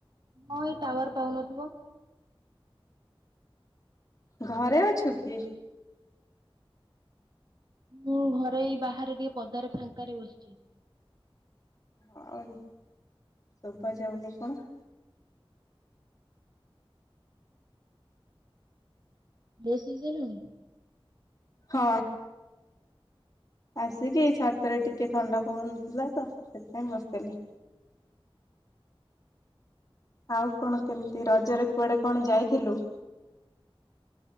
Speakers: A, on the right (about 45°); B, on the left (about 35°).
A: ହଁ ଟାୱାର ପାଉନିବ
B: ଘରେ ଅଛୁ କି
A: ମୁଁ ଘରେ ଏଇ ବାହାରେ ଟିକେ ପଦାରେ ଫାଙ୍କାରେ ବସିଛି
B: ଆଉ ଶଭାଯାଉନି କଣ।
A: ଦେେଶୀ ଦେନଣିି
B: ହଁ ଆସିକି ଛାତରେ ଟିକେ ଥଣ୍ଡା ପବନଥିଲା ତ ସେଥିପାଇଁ ବସିଥିଲି ଆଉ କଣ କେମିତି ରଜରେ କୁଆଡେ
A: ମାମୁଁ
B: କଣ ଯାଇଥିଲୁ